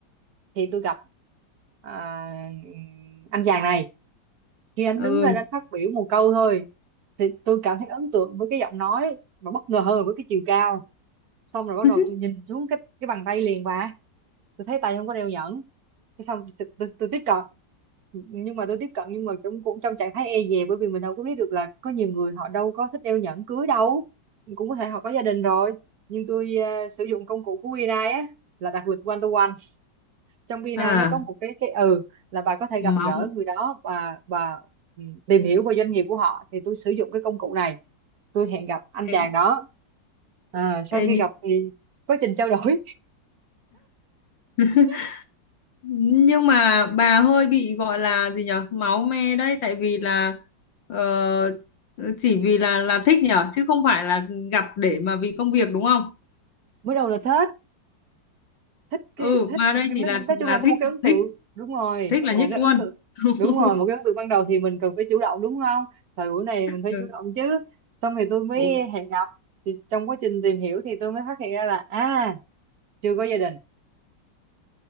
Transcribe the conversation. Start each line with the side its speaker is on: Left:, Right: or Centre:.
Right: thì tôi gặp à, anh chàng này khi anh
Left: ừ.
Right: đứng lên anh phát biểu một câu thôi thì tôi cảm thấy ấn tượng với cái giọng nói và bất ngờ hơn với cái chiều cao xong rồi bắt
Left: <laughs>
Right: đầu tôi nhìn xuống cái cái bàn tay liền bà tôi thấy tay không có đeo nhẫn thế xong tôi, tôi, tôi tiếp cận nhưng mà tôi tiếp cận nhưng mà cũng cũng trong trạng thái e dè bởi vì mình đâu có biết được là có nhiều người họ đâu có thích đeo nhẫn cưới đâu cũng có thể họ có gia đình rồi nhưng tôi à, sử dụng công cụ của BNI á là đặt lịch one to one trong BNI
Left: À
Right: nó có một cái cái ừ là bà có thể
Left: máu
Right: gặp gỡ người đó và và ừ, tìm hiểu về doanh nghiệp của họ thì tôi sử dụng cái công cụ này tôi hẹn gặp anh chàng
Left: ê,
Right: đó Ờ, sau
Left: ê
Right: khi gặp thì quá trình trao đổi
Left: nhưng
Right: <laughs>
Left: nhưng mà bà hơi bị gọi là gì nhở máu me đấy tại vì là ờ, chỉ vì là là thích nhở chứ không phải là gặp để mà vì công việc đúng không
Right: mới đầu là thế thích cái
Left: ừ
Right: thích
Left: mà đây
Right: nói,
Left: chỉ là
Right: nói
Left: là
Right: chung là có
Left: thích
Right: một cái ấn tượng
Left: thích
Right: đúng rồi
Left: thích là nhất
Right: một cái
Left: luôn
Right: ấn tượng
Left: <laughs>
Right: đúng rồi một cái ấn tượng ban đầu thì mình cần phải chủ động đúng không thời buổi này mình phải
Left: Ừ.
Right: chủ động chứ xong thì tôi mới
Left: Ừ.
Right: hẹn gặp thì trong quá trình tìm hiểu thì tôi mới phát hiện ra là à chưa có gia đình